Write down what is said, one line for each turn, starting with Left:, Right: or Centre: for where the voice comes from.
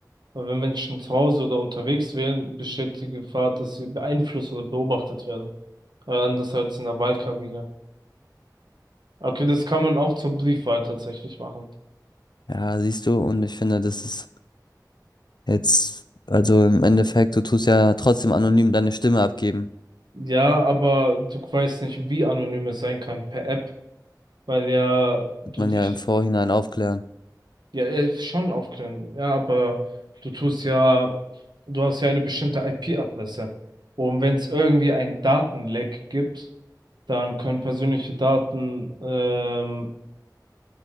Right: Weil wenn Menschen zu Hause oder unterwegs wählen, besteht die Gefahr, dass sie beeinflusst oder beobachtet werden. Äh, anders als in der Wahlkabine. Okay, das kann man auch zur Briefwahl tatsächlich machen.
Left: Ja, siehst du, und ich finde, das ist jetzt, also im Endeffekt, du tust ja trotzdem anonym deine Stimme abgeben.
Right: Ja, aber du weißt nicht, wie anonym es sein kann per App, weil ja du
Left: Man
Right: dich
Left: ja im Vorhinein aufklären.
Right: ja äh, schon aufklären. Ja, aber du tust ja, du hast ja eine bestimmte IP-Adresse. Und wenn es irgendwie ein Datenleck gibt, dann können persönliche Daten ähm,